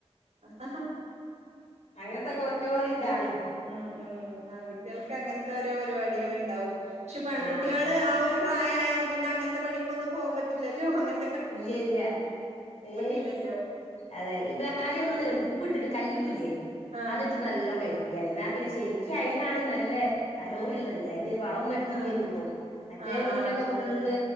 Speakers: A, on the right (about 80°); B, on the left (about 90°).
A: ആഹ്
B: അങ്ങെൻത്തെക്കോ ജോലി ഇതാണ്
A: ഉം ഉം ആൺകുട്ട്യെൾക്ക് അങ്ങൻത്തെ ഓരോ പര്പാടികള്ണ്ടാവും ക്ഷെ പെൺകുട്ടികള്
B: ആ
A: ആ ഒരു പ്രായായ പിന്നെ അങ്ങനത്തെ പണിക്കൊന്നും പോവാൻ പറ്റില്ലല്ലോ അങ്ങനെ
B: ഇല്ല ഇല്ല ഏ
A: ഇല്ലല്ലോ
B: അതെ ഈ ബ്രാലി നമ്മൾ നല്ല ഉപ്പ് ഇട്ടിട്ട് കല്ലുപ്പ് പ്പ് ല്ലേ
A: ആഹ്
B: അതിട്ട് നല്ല കഴ അാ പിന്നെ ശരിക്ക അതിലാണ് നല്ല കലോറള്ളത്
A: ആഹ്
B: അതില് വളംൊന്നും അടിക്കില്ലല്ലോ
A: ആഹ്
B: മറ്റേ
A: ആഹ്
B: മീനിലൊക്കെ
A: ആഹ് ശരിയാണ്
B: ഫുള്ള്